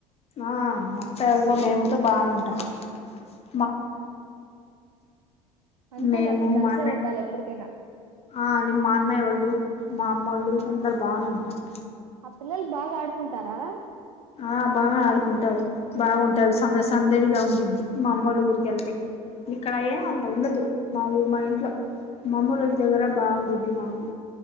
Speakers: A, on the left (about 35°); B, on the right (about 80°).
A: ఆ మత్తయలతో మేముతో బాగా ఉంటాం అట్ట
B: అంతేలండి
A: మేము
B: కలిసే
A: మా అన్నయ్య
B: ఉండాలి ఎప్పుటికైనా.
A: ఆ నిమ్ అన్నయ ఒళ్ళు మా అమ్మళ్ళు చూ అందరు బాగానే ఉంటారు
B: ఆ పిల్లలు బాగా ఆడుకుంటారా?
A: ఆ బాగా ఆడుకుంటారు బాగుంటాడు సంద సందడిగా ఉండింది. మా అమ్మళ్ళ ఊరికి వెళ్తే ఇక్కడ అంత ఉండదు. మా ఊ మా ఇంట్ <inaudible> మమ్మూలటి దగ్గర బావుంద్ది నాకు